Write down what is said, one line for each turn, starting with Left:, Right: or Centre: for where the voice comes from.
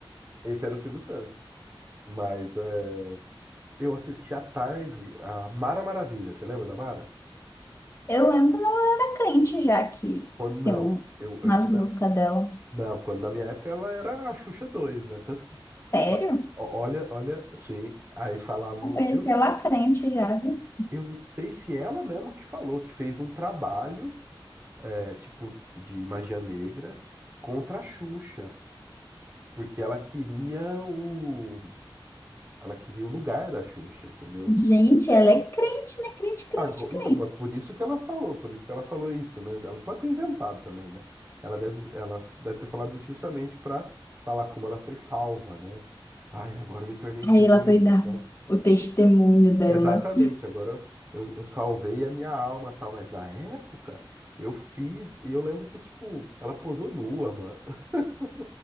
Right: Esse era o Silvio Santos. Mas é, eu assisti à tarde a Mara Maravilha, você lembra da Mara?
Left: Eu lembro quando eu era crente já que
Right: Quando não,
Left: tem um-
Right: eu, eu-
Left: umas
Right: quando,
Left: músicas
Right: a-
Left: dela.
Right: não, quando na minha época ela era a Xuxa 2 né? Tanto que,
Left: Sério?
Right: ó, olha, olha, sim, aí falavam,
Left: Apareceu
Right: eu,
Left: lá crente já, viu?
Right: eu não sei se ela mesma que falou, que fez um trabalho, é, tipo, de magia negra contra a Xuxa, porque ela queria o, ela queria o lugar da Xuxa, entendeu?
Left: Gente, ela é crente, né? Crente, crente,
Right: Ago-
Left: crente.
Right: Então, mas por isso que ela falou, por isso que ela falou isso, né? Ela pode ter inventado também, né? Ela deve, ela deve ter falado isso justamente para falar como ela foi salva, né? Ai, agora eu me tornei
Left: Aí
Right: crente,
Left: ela foi dar
Right: então.
Left: o testemunho dela.
Right: Exatamente, agora eu, eu salvei a minha alma, tal, mas na época eu fiz, e eu lembro que, tipo, ela posou nua, mano. <laughs>